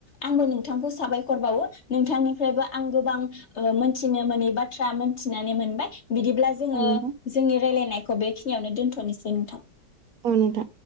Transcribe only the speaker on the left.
आंबो नोंथांखौ साबायखर बावो नोंथांनिफ्रायबो आं गोबां ओ मोनथिनो मोनै बाथ्रा मोनथिनानै मोनबाय बिदिब्ला जोङो
जोंनि रायलायनायखौ बेखि नियावनो दोन्थनोसै नोंथां